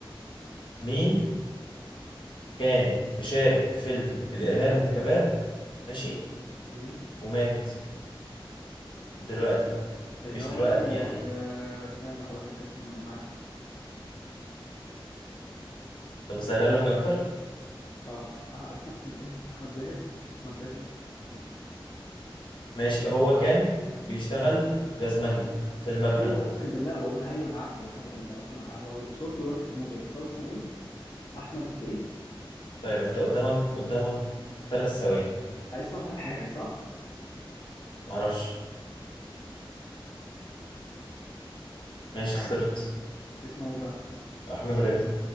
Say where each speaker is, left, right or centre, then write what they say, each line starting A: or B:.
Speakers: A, on the left (about 60°); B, on the left (about 40°).
A: مين كان مشارك في فيلم الإرهاب والكباب ماشي
B: مم.
A: ومات دلوقتي
B: اللي
A: مش
B: هو
A: دلوقتي
B: اسمه
A: يعني
B: آه... استنى هقول لك اسمه انا عارفه
A: طب اسألها
B: آه...
A: لك اكتر
B: اه اه اسمه احمد ايه احمد زاهر احمد راتب احمد
A: ماشي هو كان بيشتغل جزمجي في المبنى
B: ايوه اقسم بالله والله ايوه انا عارفه والله انا بقى اصلا هو صورته دلوقتي في دماغي بس هو اسمه ايه احمد ايه
A: طيب انت قدامك قدامك ثلاث ثواني
B: آه، اسمه احمد حاجه صح
A: معرفش ماشي
B: مش عارف
A: خسرت
B: اسمه ايه بقى
A: احمد راتب